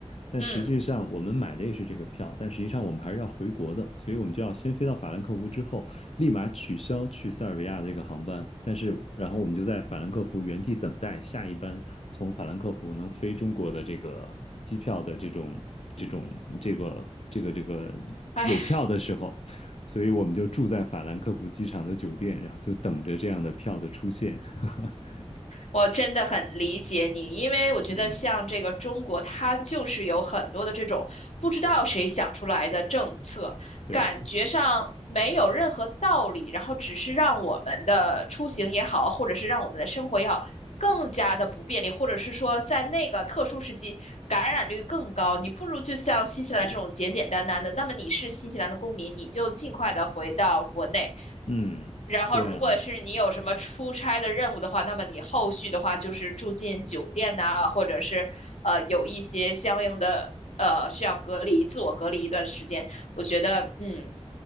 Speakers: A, on the left; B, on the left.
A: 但实际上，
B: 嗯，
A: 我们买的也是这个票，但实际上我们还是要回国的，所以我们就要先飞到法兰克福之后，立马取消去塞尔维亚的这个航班，但是然后我们就在法兰克福原地等待下一班从法兰克福能飞中国的这个机票的这种这种这个这个这个有票的时候，
B: 哎呀，
A: 所以我们就住在法兰克福机场的酒店，然后就等着这样的票的出现。<laughs>
B: 我真的很理解你，因为我觉得像这个中国，
A: 嗯，
B: 它就是有很多的这种不知道谁想出来的政策，
A: 对，
B: 感觉上没有任何道理，然后只是让我们的出行也好，或者是让我们的生活也好，更加的不便利，或者是说在那个特殊时期感染率更高，你不如就像新西兰这种简简单单的。那么你是新西兰的公民，你就尽快的回到国内。
A: 嗯，
B: 然后，
A: 对啊。
B: 如果是你有什么出差的任务的话，那么你后续的话就是住进酒店呐、或者是呃有一些相应的呃需要隔离、自我隔离一段时间。我觉得，嗯，